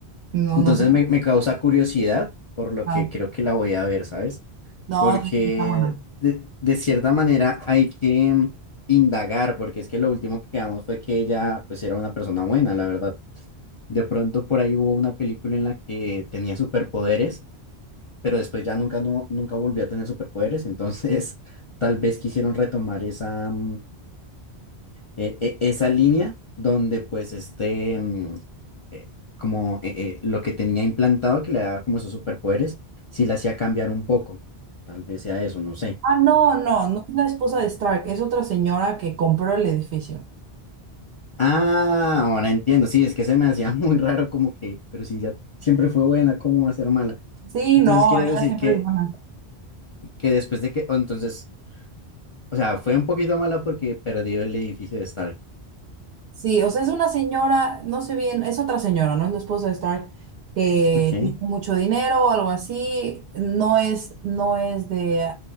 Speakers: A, on the right; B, on the left.
A: No,
B: Entonces
A: no sé.
B: me, me causa curiosidad, por lo
A: Ah,
B: que creo que la voy a ver, ¿sabes?
A: no,
B: porque
A: sí, está buena.
B: de, de cierta manera hay que indagar, porque es que lo último que quedamos fue que ella pues era una persona buena, la verdad. De pronto por ahí hubo una película en la que tenía superpoderes, pero después ya nunca, no, nunca volvió a tener superpoderes, entonces <laughs> tal vez quisieron retomar esa, mm, e- e- esa línea donde pues este, mm, eh, como eh, eh, lo que tenía implantado que le daba como esos superpoderes, si la hacía cambiar un poco, tal vez sea eso, no sé.
A: Ah, no, no, no es la esposa de Stark, es otra señora que compró el edificio.
B: Ah, ahora entiendo. Sí, es que se me hacía <laughs> muy raro como que, pero si ya siempre fue buena, ¿cómo va a ser mala?
A: Sí,
B: Entonces,
A: no,
B: ¿quieres
A: ella
B: decir
A: siempre
B: que,
A: es buena.
B: que después de que, o entonces, o sea, fue un poquito mala porque perdió el edificio de Stark.
A: Sí, o sea, es una señora, no sé bien, es otra señora, ¿no? Es la esposa de Stark, que
B: Ok.
A: tiene mucho dinero o algo así. No es, no es de